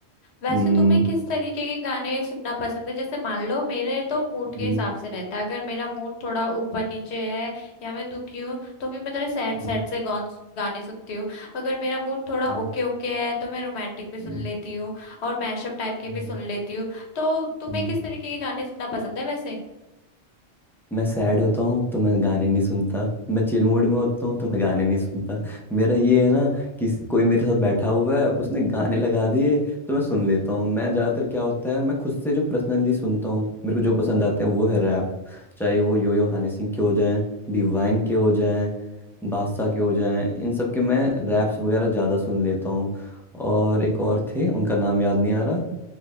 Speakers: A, on the left; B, in the centre.
A: वैसे
B: हम्म
A: तुम्हें किस तरीके के गाने सुनना पसंद है जैसे मान लो मेरे तो मूड के
B: हम्म,
A: हिसाब से रहता है अगर मेरा मूड थोड़ा ऊपर नीचे है या मैं दुखी हूँ तो फिर मैं थोड़े सैड
B: हम्म,
A: सैड से गॉन- गाने सुनती हूँ अगर मेरा मूड थोड़ा
B: हम्म,
A: ओके ओके है तो मैं रोमांटिक भी सुन
B: हम्म,
A: लेती हूँ और मैशअप टाइप के
B: हम्म,
A: भी सुन लेती हूँ तो तुम्हें
B: हम्म।
A: किस तरीके के गाने सुनना पसंद है वैसे
B: मैं सैड होता हूँ तो मैं गाने नहीं सुनता मैं चिल मूड में होता
A: हम्म।
B: हूँ तो मैं गाने नहीं सुनता मेरा ये है ना कि स- कोई मेरे साथ बैठा हुआ है उसने गाने लगा दिए तो मैं सुन लेता हूँ मैं ज़्यादातर क्या होता है मैं खुद से जो पर्सनली सुनता हूँ मेरे को जो पसंद आते हैं वो है रैप चाहे वो यो यो हनी सिंह के हो जाएं डिवाइन के हो जाएं बादशाह के हो जाएं इन सब के मैं रैप्स वगैरह ज़्यादा सुन लेता हूँ और एक और थे उनका नाम याद नहीं आ रहा